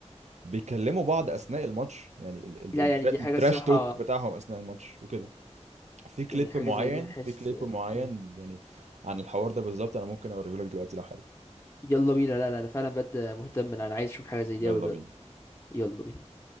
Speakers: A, on the right; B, on the left.
A: بيكلموا بعض اثناء الماتش يعني
B: لا يعني دي
A: التراش
B: حاجة الصراحة
A: توك بتاعهم اثناء الماتش وكده في كليب
B: يعني حاجة
A: معين
B: زي دي انا حاسس
A: في كليب معين
B: مم.
A: يعني عن الحوار ده بالظبط انا ممكن اوريهولك دلوقتي لو حابب
B: يلا بينا لا لا انا فعلا بجد مهتم انا عايز اشوف حاجة زي
A: يلا
B: دي اوي دلوقتي
A: بينا
B: يلا بينا